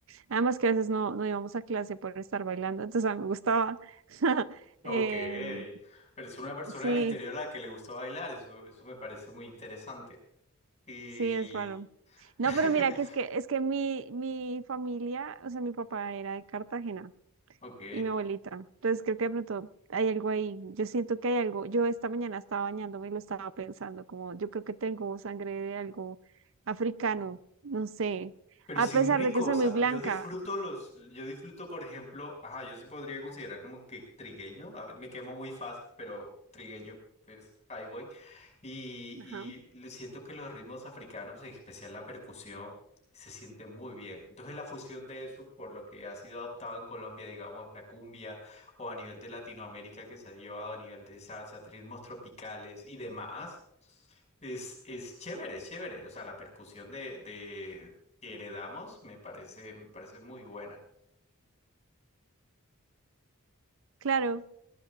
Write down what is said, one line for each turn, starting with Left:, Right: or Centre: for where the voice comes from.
Right: Además que a veces no, no íbamos a clase por estar bailando, entonces a mí me gustaba. <laughs>
Left: Ok,
Right: Em,
Left: pero es una persona
Right: sí,
Left: del interior a la que le gusta bailar, eso, eso me parece muy interesante. Y...
Right: sí, es raro. No,
Left: <laughs>
Right: pero mira que es que es que mi, mi familia, o sea, mi papá era de Cartagena.
Left: Ok.
Right: y mi abuelita. Entonces creo que de pronto hay algo ahí. Yo siento que hay algo. Yo esta mañana estaba bañándome y lo estaba pensando, como yo creo que tengo sangre de algo africano, no sé.
Left: Pero
Right: A
Left: sin
Right: pesar
Left: rico,
Right: de que soy
Left: o sea,
Right: muy blanca.
Left: yo disfruto los, yo disfruto, por ejemplo, ajá, yo se podría considerar como que trigueño, a ve- me quemo muy fácil, pero trigueño, pues ahí voy. Y,
Right: Ajá.
Left: y le siento que los ritmos africanos, en especial la percusión, se sienten muy bien. Entonces la fusión de eso, por lo que ha sido adoptado en Colombia, digamos, la cumbia, o a nivel de Latinoamérica que se ha llevado a nivel de salsa, ritmos tropicales y demás. Es, es chévere, es chévere. O sea, la percusión de, de que heredamos me parece, me parece muy buena.
Right: Claro.